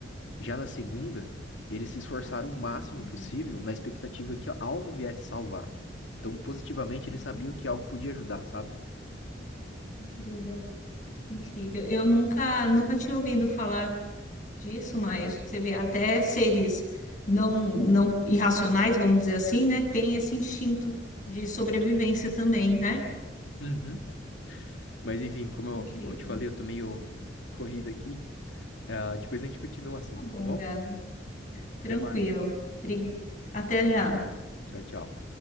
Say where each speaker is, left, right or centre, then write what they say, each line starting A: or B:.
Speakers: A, on the left (about 85°); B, on the left (about 45°).
A: Já na segunda, eles se esforçaram o máximo
B: Entendi,
A: possível na expectativa que algo viesse salvar. Então, positivamente, eles
B: entendi.
A: sabiam que algo podia ajudar, sabe?
B: Incrível, incrível. Eu nunca, nunca tinha ouvido falar. disso, mas você vê até seres não não irracionais, vamos dizer assim, né, tem esse instinto de sobrevivência também, né?
A: Uhum. Mas enfim, como
B: Incrível.
A: eu, como eu te falei, eu tô meio corrido aqui. Ah, depois a gente continua o assunto,
B: Tá bom,
A: tá bom?
B: Gabi.
A: Até
B: Tranquilo.
A: mais.
B: Bri- Até já.
A: Tchau, tchau.